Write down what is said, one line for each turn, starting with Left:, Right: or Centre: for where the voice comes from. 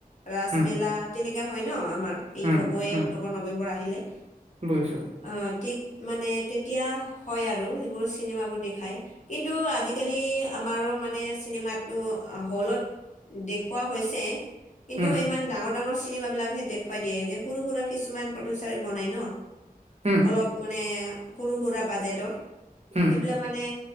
Left: ৰাজমেলা
Right: হুম
Left: তেনেকা হয় ন আমাৰ এই
Right: হুম
Left: হ'ব এই
Right: হুম
Left: অক্টোবৰ নৱেম্বৰ আহিলে।
Right: বুজিছো
Left: অ' ঠিক মানে তেতিয়া হয় আৰু সেইবোৰ চিনেমাবোৰ দেখায়। কিন্তু আজিকালি আমাৰো মানে চিনেমাটো হলত দেখুওৱা হৈছে। কিন্তু
Right: হুম
Left: ইমান ডাঙৰ ডাঙৰ চিনেমাাবলাকহে দেখুৱাই দিয়ে যে সৰু সুৰা কিছুমান প্ৰডিউচাৰে বনাই ন'।
Right: হুম
Left: অলপ মানে সৰু সুৰা বাজেটৰ
Right: হুম
Left: সেইবিলাক মানে